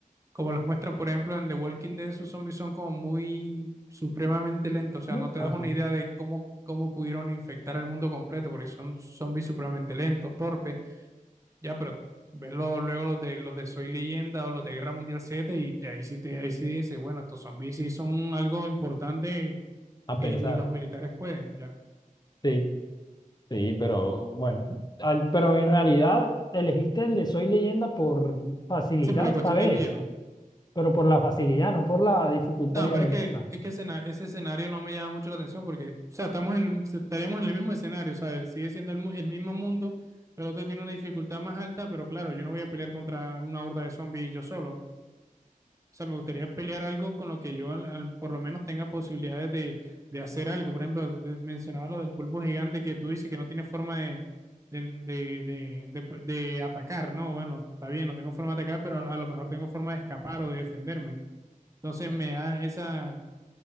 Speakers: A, on the right; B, on the left.
A: como los muestra, por ejemplo, en The Walking Dead, esos zombies son como muy supremamente lentos, o sea,
B: Muy
A: no
B: fácil.
A: te das una idea de cómo, cómo pudieron infectar el mundo completo, porque son zombies supremamente lentos, torpes, ya, pero ves lo- luego los de, los de Soy Leyenda o los de Guerra Mundial Z y te- ahí sí te, ahí sí dices, bueno, estos zombies sí son algo importante
B: A
A: que
B: pensar,
A: ni los militares pueden, ya.
B: sí, sí, pero bueno. Al- pero en realidad elegiste el de Soy Leyenda por facilidad
A: Sí, por la
B: esta
A: cuestión
B: vez,
A: del día.
B: pero por la facilidad, no por la dificultad
A: No,
B: ni
A: pero
B: aventura.
A: es que, es que escena- ese escenario no me llama mucho la atención porque, o sea, estamos en, estaremos en el mismo escenario, o sea, él sigue siendo el, mu- el mismo mundo, pero el otro tiene una dificultad más alta, pero claro, yo no voy a pelear contra una horda de zombies yo solo. O sea, me gustaría pelear algo con lo que yo al- al- por lo menos tenga posibilidades de, de hacer algo. Por ejemplo, de- mencionaba lo del pulpo gigante que tú dices que no tiene forma de, de, de, de, de- de atacar, ¿no? Bueno, está bien, no tengo forma de atacar, pero a, a lo mejor tengo forma de escapar o de defenderme. Entonces me da esa